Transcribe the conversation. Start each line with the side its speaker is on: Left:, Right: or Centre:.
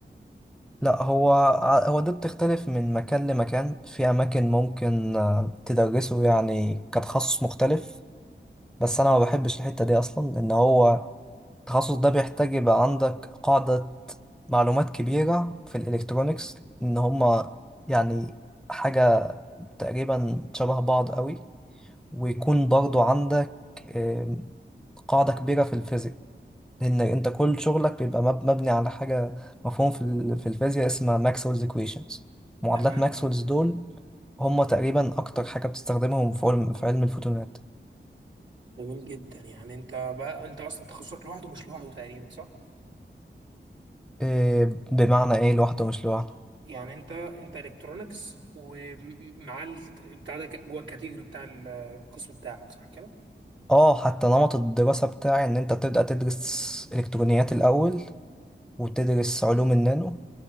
Centre: لا هو ع- هو ده بتختلف من مكان لمكان في أماكن ممكن آه، تدرسه يعني كتخصص مختلف بس أنا ما بحبش الحتة دي أصلا لأن هو التخصص ده بيحتاج يبقى عندك قاعدة معلومات كبيرة في الإلكترونيكس إن هما يعني حاجة تقريبا شبه بعض قوي ويكون برضو عندك آم، قاعدة كبيرة في الفيزيك لان انت كل شغلك بيبقى مب- مبني على حاجه مفهوم في ال- في الفيزياء اسمها ماكسويلز ايكويشنز معادلات
Right: تمام
Centre: ماكسويلز دول هم تقريبا اكتر حاجه بتستخدمهم في علم في علم الفوتونات
Right: جميل جدا يعني انت بقى انت اصلا تخصصك لوحده مش لوحده تقريبا صح
Centre: إيه بمعنى ايه لوحده مش لوحده
Right: يعني انت انت الكترونكس ومع ال- بتاع ده جوه الكاتيجوري بتاع القسم بتاعك صح كده؟
Centre: اه حتى نمط الدراسه بتاعي ان انت بتبدا تدرس الكترونيات الاول وتدرس علوم النانو